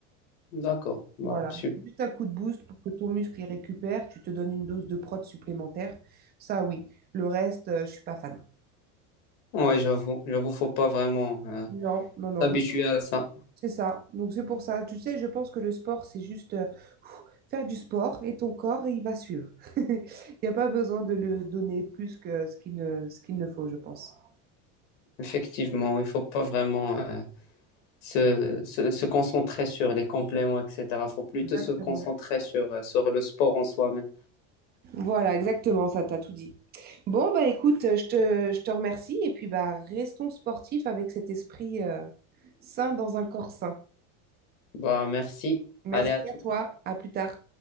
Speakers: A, on the left; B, on the right.
A: d'accord. Bah,
B: Voilà.
A: super.
B: Juste un coup de boost pour que ton muscle il récupère, tu te donnes une dose de prot supplémentaire. Ça, oui. Le reste, euh, je suis pas fan.
A: Ouais, j'avoue, j'avoue, faut pas vraiment euh,
B: Non, non, non.
A: s'habituer
B: Donc,
A: à ça.
B: c'est ça. Donc, c'est pour ça. Tu sais, je pense que le sport, c'est juste. euh, faire du sport et ton corps, il va suivre. <laughs> Il n'y a pas besoin de le donner plus que ce qu'il ne, ce qu'il ne faut, je pense.
A: Effectivement, il faut pas vraiment euh, se, se, se concentrer sur les compléments, etc. Faut plutôt
B: Exactement.
A: se concentrer sur, euh, sur le sport en soi-même.
B: Voilà, exactement, ça t'a tout dit. Bon, bah écoute, je te, je te remercie et puis bah restons sportifs avec cet esprit euh, sain dans un corps sain.
A: Bah, merci.
B: Merci
A: Allez, à tout.
B: à toi, à plus tard.